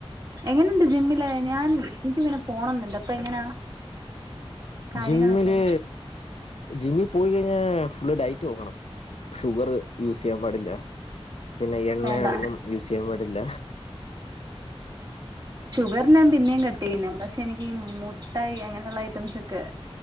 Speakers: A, on the right; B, on the left.
A: എങ്ങനെണ്ട് ജിമ്മില് ഞാൻ എനിക്ക്ങ്ങനെ പോണംന്നുണ്ട് അപ്പോ എങ്ങനാ കാര്യങ്ങളൊക്കെ
B: ജിമ്മില് ജിമ്മി പോയി കഴിഞ്ഞാ ഫുള്ള് ഡയറ്റ് നോക്കണം ഷുഗർ യൂസ് ചെയ്യാൻ പാടില്ല പിന്നെ എണ്ണയൊന്നും
A: വേണ്ട
B: യൂസെയ്യാൻ പാടില്ല
A: ഷുഗർ ഞാൻ പിന്നേയും കട്ട് പിന്നെ പക്ഷെ എനിക്കീ മുട്ടായി അങ്ങനെയുള്ള ഐറ്റംസൊക്കെ